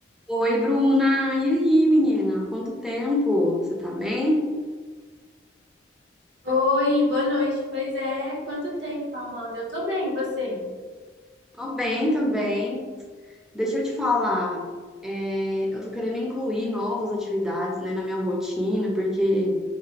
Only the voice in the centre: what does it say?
Oi, Bruna. E aí, menina? Quanto tempo? Você tá bem?
Tô bem, tô bem. Deixa eu te falar. é, eu tô querendo incluir novas atividades, né, na minha rotina, porque